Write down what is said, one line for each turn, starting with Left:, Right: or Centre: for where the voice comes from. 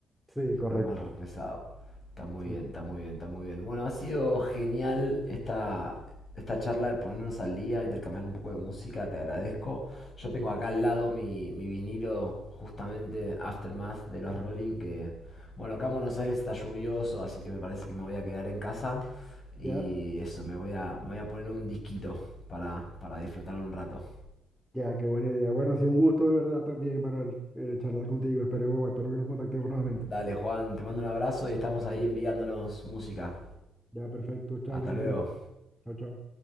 Centre: Sí, correcto.
Left: Poner más rock pesado. Está muy
Centre: Sí.
Left: bien, está muy bien, está muy bien. Bueno, ha sido genial esta, esta charla de ponernos al día, intercambiar un poco de música, te agradezco. Yo tengo acá al lado mi, mi vinilo, justamente Aftermath de los Rolling, que, bueno, acá en Buenos Aires está lluvioso, así que me parece que me voy a quedar en casa.
Centre: Ya,
Left: Y eso, me voy a, me voy a poner un disquito para, para disfrutar un rato.
Centre: ya, qué buena idea. Bueno, ha sido un gusto de verdad también, Manuel, eh, charlar contigo. Esperemos, espero que nos contactemos nuevamente.
Left: Dale, Juan, te mando un abrazo y estamos ahí enviándonos música.
Centre: Ya, perfecto. Chao,
Left: Hasta
Centre: que estés
Left: luego.
Centre: bien. Chao, chao.